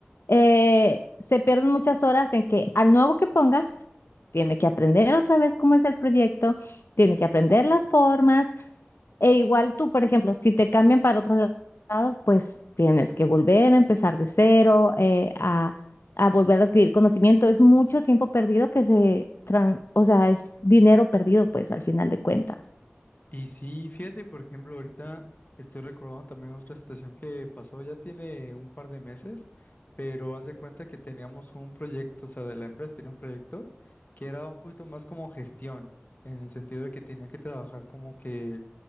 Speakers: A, on the left; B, on the left.
A: eh, se pierden muchas horas en que al nuevo que pongas, tiene que aprender otra vez cómo es el proyecto, tiene que aprender las formas, e igual tú, por ejemplo, si te cambian para otro la- lado, pues tienes que volver a empezar de cero, eh, a, a volver a adquirir conocimiento. Es mucho tiempo perdido que se, tran- o sea, es dinero perdido, pues al final de cuentas.
B: Y sí, fíjate, por ejemplo, ahorita estoy recordando también otra situación que pasó, ya tiene un par de meses, pero haz de cuenta que teníamos un proyecto, o sea, de la empresa tenía un proyecto que era un poquito más como gestión, en el sentido de que tenía que trabajar como que